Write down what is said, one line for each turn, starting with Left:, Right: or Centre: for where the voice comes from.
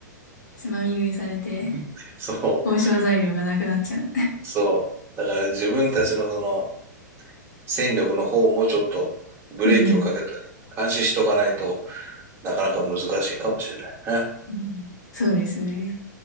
Left: つまみ食いされて、
Right: <laughs> そう、
Left: 交渉材料がなくなっちゃう。
Right: そう。だから自分たちのその戦力の方もちょっとブレーキをかけたり、
Left: <laughs> うん。
Right: 監視しとかないとなかなか難しいかもしれないね。
Left: うんそうですね。